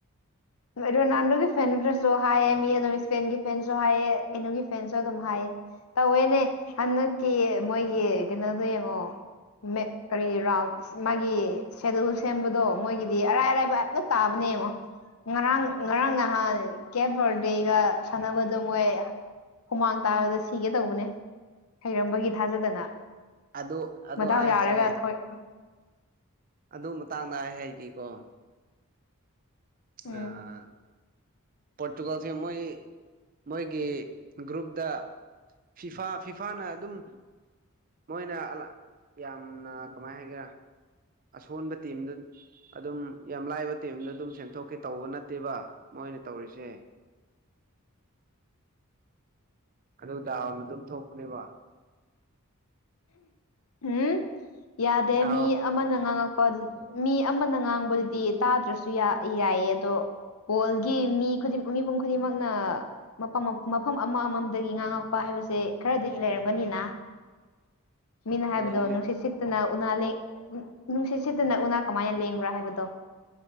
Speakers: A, on the left; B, on the right.
A: ꯔꯣꯅꯥꯜꯗꯣꯒꯤ ꯐꯦꯟꯗꯨꯁꯨ ꯍꯥꯏꯑ ꯃꯤ ꯑꯗꯨꯝ ꯏꯁꯄꯦꯟꯒꯤ ꯐꯦꯟꯁꯨ ꯍꯥꯏꯑ ꯀꯩꯅꯣꯒꯤ ꯐꯦꯟꯁꯨ ꯑꯗꯨꯝ ꯍꯥꯏꯌꯦ ꯇꯧꯋꯦꯅꯦ ꯍꯟꯗꯛꯀꯤ ꯃꯣꯏꯒꯤ ꯀꯩꯅꯣꯗꯣ ꯌꯦꯡꯉꯣ ꯃꯦ ꯀꯔꯤꯔꯥꯎ ꯃꯥꯒꯤ ꯁꯦꯗꯨꯜ ꯁꯦꯝꯕꯗꯣ ꯃꯣꯏꯒꯤꯗꯤ ꯑꯔꯥꯏ ꯑꯔꯥꯏꯕ ꯄꯨꯂꯞ ꯇꯥꯕꯅꯦ ꯌꯦꯡꯉꯣ ꯉꯔꯥꯡ ꯉꯔꯥꯡ ꯅꯍꯥꯟ ꯀꯦꯞ ꯕꯔꯗꯦꯒ ꯁꯥꯟꯅꯕꯗꯣ ꯃꯣꯏ ꯍꯨꯃꯥꯡ ꯇꯥꯕꯗ ꯁꯤꯒꯦ ꯇꯧꯕꯅꯦ ꯍꯩꯔꯝꯕꯒꯤ ꯊꯥꯖꯗꯅ
B: ꯑꯗꯨ ꯑꯗꯣ
A: ꯃꯗꯥꯎ
B: ꯑꯩ
A: ꯌꯥꯔꯒ
B: ꯍꯥꯏꯒꯦ
A: ꯑꯩꯈꯣꯏ
B: ꯑꯗꯨ ꯃꯇꯥꯡꯗ ꯑꯩ ꯍꯥꯏꯒꯦꯀꯣ ꯑ
A: ꯎꯝ
B: ꯄꯣꯔꯇꯨꯀꯜꯁꯦ ꯃꯣꯏ ꯃꯣꯏꯒꯤ ꯒ꯭ꯔꯨꯞꯇ ꯐꯤꯐꯥ ꯐꯤꯐꯥꯅ ꯑꯗꯨꯝ ꯃꯣꯏꯅ ꯌꯥꯝꯅ ꯀꯃꯥꯏꯅ ꯍꯥꯏꯒꯦꯔꯥ ꯑꯁꯣꯟꯕ ꯇꯤꯝꯗ ꯑꯗꯨꯝ ꯌꯥꯝ ꯂꯥꯏꯕ ꯇꯤꯦꯝꯗ ꯑꯗꯨꯝ ꯁꯦꯝꯗꯣꯛꯈꯤ ꯇꯧꯕ ꯅꯠꯇꯦꯕ ꯃꯣꯏꯅ ꯇꯧꯔꯤꯁꯦ ꯑꯗꯨ ꯗꯥꯅ ꯑꯗꯨꯝ ꯊꯣꯛꯄꯅꯦꯕ
A: ꯎꯝ ꯌꯥꯗꯦ
B: ꯗꯥꯎ
A: ꯃꯤ ꯑꯃꯅ ꯉꯥꯡꯉꯛꯄ ꯃꯤ ꯑꯃꯅ ꯉꯥꯡꯕꯗꯨꯗꯤ ꯇꯥꯗ꯭ꯔꯁꯨ ꯌꯥꯏꯌꯦ ꯑꯗꯣ ꯋꯥꯔꯜꯒꯤ ꯃꯤ ꯈꯨꯗꯤꯡ ꯃꯤꯄꯨꯝ ꯈꯨꯗꯤꯡꯃꯛꯅ ꯐꯝ ꯃꯐꯝ ꯑꯃ ꯑꯃꯝꯗꯒꯤ ꯉꯥꯡꯉꯛꯄ ꯍꯥꯏꯕꯁꯦ ꯈꯔꯗꯤ ꯂꯩꯔꯝꯒꯅꯤꯅ ꯃꯤꯅ ꯍꯥꯏꯕꯗꯣ
B: ꯂꯩꯌꯦ ꯂꯩ
A: ꯅꯨꯡꯁꯤꯠ ꯁꯤꯠ ꯠꯇꯅ ꯎꯅꯥ ꯎ ꯅꯨꯡꯁꯤꯠ ꯁꯤꯠꯇꯅ ꯎꯅꯥ ꯀꯃꯥꯏꯅ ꯂꯦꯡꯕ꯭ꯔꯥ ꯍꯥꯏꯕꯗꯣ